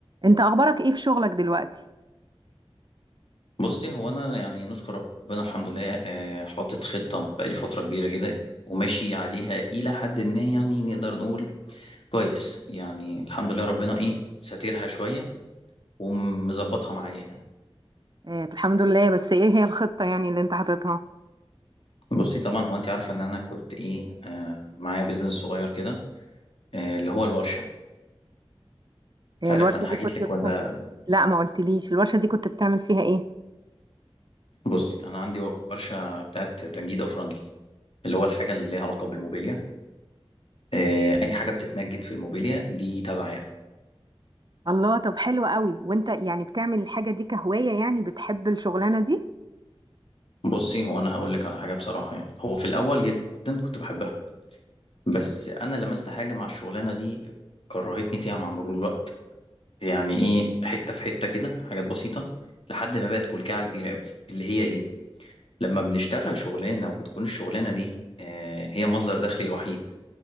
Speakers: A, on the right; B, on the left.
A: انت اخبارك ايه في شغلك دلوقتي
B: بُصّي، هو أنا يعني نشكر ربنا الحمد لله آآ حاطط خطة بقى لي فترة كبيرة كده وماشي عليها إلى حدٍ ما يعني نقدر نقول كويس، يعني الحمد لله ربنا إيه، ساترها شوية ومضبّطها معايا يعني.
A: آه، الحمد لله بس ايه هي الخطة يعني اللي انت حاططها
B: بُصّي، طبعًا هو أنتِ عارفة إن أنا كنت إيه، آآ معايا business صغير كده آآ اللي هو الورشة،
A: آه،
B: مش عارف
A: الورشة
B: أنا حكيت
A: دي كنت
B: لِك
A: بتاع...
B: والّا
A: لا ما قلتليش الورشة دي كنت بتعمل فيها ايه
B: بُصّي، أنا عندي ورشة بتاعة تنجيد أفرنجي، اللي هو الحاجة اللي ليها علاقة بالموبيليا، آآ أي حاجة بتتنجد في الموبيليا دي تبعي أنا.
A: الله طب حلو قوي وانت يعني بتعمل الحاجة دي كهواية يعني بتحب الشغلانة دي
B: بصي هو انا هقول لك على حاجه بصراحه يعني هو في الاول جدا كنت بحبها بس انا لمست حاجه مع الشغلانه دي كرهتني فيها مع مرور الوقت يعني ايه حته في حته كده حاجات بسيطه لحد ما بقت كلكعه كبيره قوي اللي هي ايه لما بنشتغل شغلانه وبتكون الشغلانه دي آه هي مصدر دخلي الوحيد